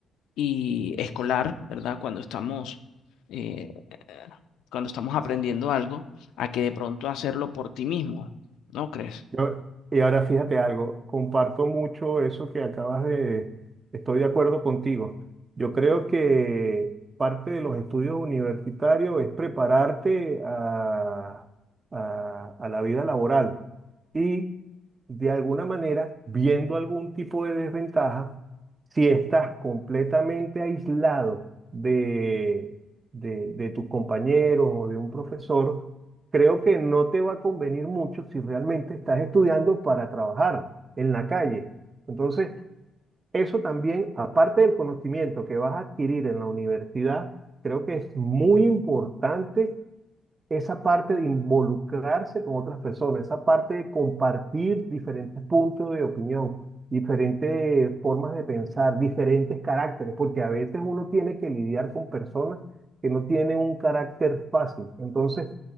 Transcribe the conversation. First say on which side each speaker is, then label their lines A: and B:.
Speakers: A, on the left; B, on the right.
A: y escolar, ¿verdad? Cuando estamos, eh, cuando estamos aprendiendo algo, a que de pronto hacerlo por ti mismo, ¿no crees?
B: Yo- y ahora fíjate algo, comparto mucho eso que acabas de, estoy de acuerdo contigo. Yo creo que parte de los estudios universitarios es prepararte a, a- a la vida laboral y de alguna manera, viendo algún tipo de desventaja, si estás completamente aislado de, de de tus compañeros o de un profesor, creo que no te va a convenir mucho si realmente estás estudiando para trabajar en la calle. Entonces, eso también, aparte del conocimiento que vas a adquirir en la universidad, creo que es muy importante esa parte de involucrarse con otras personas, esa parte de compartir diferentes puntos de opinión, diferentes formas de pensar, diferentes caracteres, porque a veces uno tiene que lidiar con personas que no tienen un carácter fácil. Entonces,